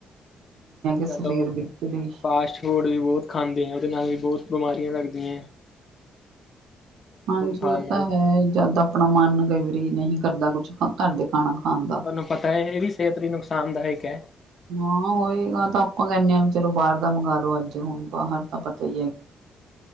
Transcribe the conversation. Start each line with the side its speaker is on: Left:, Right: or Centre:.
Left: ਅੱਜ-ਕੱਲ
Right: ਸਰੀਰ
Left: ਲੋਕ,
Right: ਬਿਲਕੁਲ ਹੀ
Left: ਫਾਸਟ ਫੂਡ ਵੀ ਬੋਤ ਖਾਂਦੇ ਐ ਉਦੇ ਨਾਲ ਵੀ ਬੋਤ ਬਿਮਾਰੀਆਂ ਲੱਗਦੀਆਂ ਐ।
Right: ਹਾਂਜੀ
Left: ਖਾਣ
Right: ਓ
Left: ਨਾਲ
Right: ਤਾਂ ਹੈ ਜਦ ਆਪਣਾ ਮਨ ਕਈ ਵਾਰੀ ਨਹੀਂ ਕਰਦਾ ਕੁਛ ਘਰ ਦੇ ਖਾਣਾ ਖਾਣ ਦਾ।
Left: ਨੂੰ ਪਤਾ ਐ ਏ ਵੀ ਸਿਹਤ ਲਈ ਨੁਕਸਾਨਦਾਇਕ ਐ।
Right: ਹਾਂ ਹੋਏਗਾ ਤਾਂ ਆਪਾਂ ਕਹਿੰਨੇ ਆ ਵੀ ਚਲੋ ਬਾਰ ਦਾ ਮੰਗਾਲੋ ਅੱਜ ਹੁਣ ਬਾਹਰ ਤਾਂ ਪਤਾ ਈ ਐ।